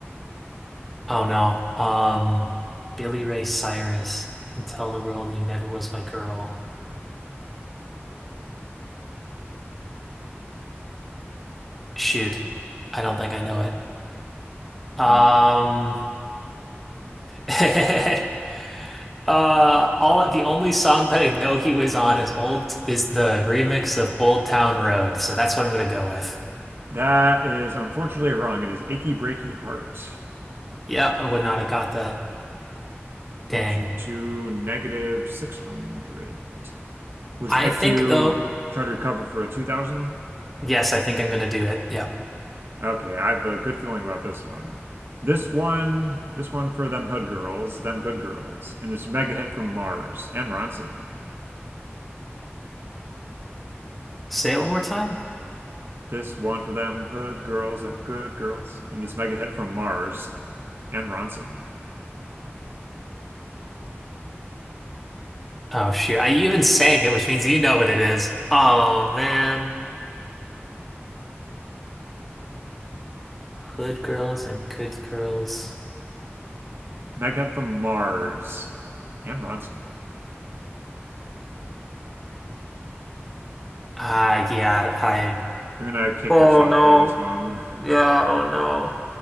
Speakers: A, in the centre; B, on the right.
A: Oh no. Um, Billy Ray Cyrus, You can tell the world you never was my girl. Shoot. I don't think I know it. Um,
B: Okay.
A: <laughs> uh, all the only song that I know he was on is old is the remix of Old Town Road, so that's what I'm gonna go with.
B: That is unfortunately wrong. It is achy breaky heart.
A: Yeah, I would not have got that. Dang.
B: Brings you to negative 600. Would
A: I
B: you like
A: think
B: to
A: though,
B: try to recover for a 2000?
A: yes, I think I'm gonna do it. Yep.
B: Okay, I have a good feeling about this one. This one, this one for them hood girls, them good girls, and this mega hit from Mars and Ronson.
A: Say it one more time.
B: This one for them hood girls, them good girls, and this mega hit from Mars and Ronson.
A: Oh shoot. I even sang it, which means you know what it is. Oh man. Hood girls and good girls.
B: Mega hit from Mars and Ronson.
A: Ah, yeah, I'm
B: You're gonna kick
A: Oh
B: yourself
A: no.
B: for this one.
A: Yeah, oh no.